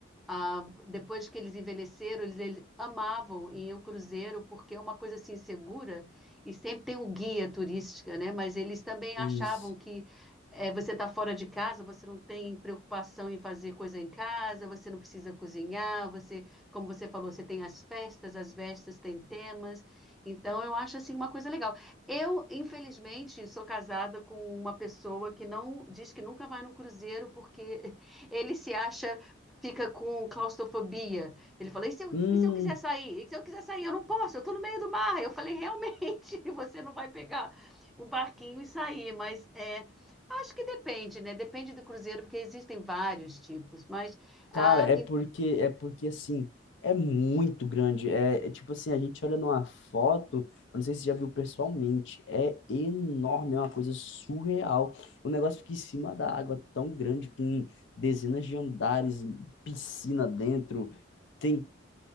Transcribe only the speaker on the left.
isso.
Hum,
Cara, é
porque é porque assim, é muito grande. É, é tipo assim, a gente olha numa foto, eu não sei se você já viu pessoalmente, é enorme, é uma coisa surreal. um negócio fica em cima da água, tão grande, com dezenas de andares, piscina dentro, tem